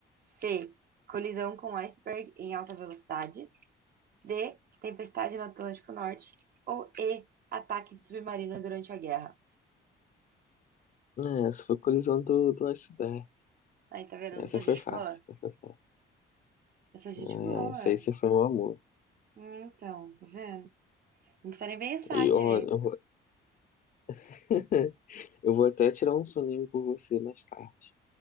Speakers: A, on the right; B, on the left.
A: C. Colisão com iceberg em alta velocidade. D. Tempestade no Atlântico Norte. Ou E. Ataque de submarino durante a guerra.
B: É, essa foi a colisão do, do iceberg.
A: Aí, tá vendo?
B: Essa
A: Eu Não sou
B: foi
A: gente
B: fácil.
A: boa?
B: Essa, foi...
A: Eu sou gente
B: é,
A: boa.
B: essa aí você foi um amor.
A: Hum, Então, tá vendo? Não precisa nem pensar
B: E
A: direito.
B: ó, eu, vou- <laughs> eu vou até tirar um soninho por você mais tarde.